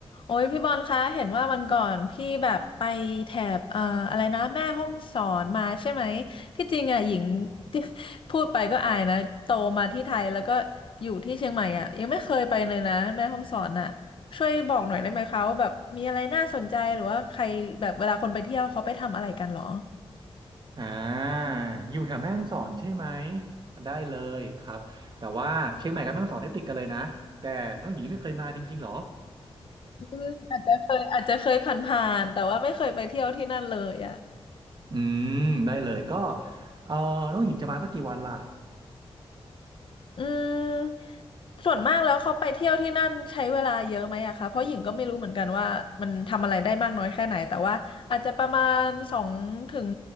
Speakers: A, on the left; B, on the right.
A: โอ้ยพี่บอลคะเห็นว่าวันก่อนพี่แบบไปแถบเอ่ออะไรนะแม่ฮ่องสอนมาใช่ไหมที่จริงอ่ะหญิง <laughs> ที่พูดไปก็อายนะโตมาที่ไทยแล้วก็อยู่ที่เชียงใหม่อ่ะยังไม่เคยไปเลยนะแม่ฮ่องสอนอ่ะช่วยบอกหน่อยได้ไหมคะว่าแบบมีอะไรน่าสนใจหรือว่าใครแบบเวลาคนไปเที่ยวเขาไปทำอะไรกันเหรอ
B: อ่าอยู่แถวแม่ฮ่องสอนใช่ไหมได้เลยครับแต่ว่าเชียงใหม่กับแม่ฮ่องสอนเนี่ยติดกันเลยนะแต่น้องหญิงไม่เคยมาจริงๆหรอ
A: อืมอาจจะเคยอาจจะเคยผ่านๆแต่ว่าไม่เคยไปเที่ยวที่นั่นเลยอ่ะ
B: <laughs> อืมได้เลยก็เออน้องหญิงจะมาสักกี่วันล่ะ
A: อืมส่วนมากแล้วเขาไปเที่ยวที่นั่นใช้เวลาเยอะไหมอะคะเพราะหญิงก็ไม่รู้เหมือนกันว่ามันทำอะไรได้มากน้อยแค่ไหนแต่ว่าอาจจะประมาณสองถึง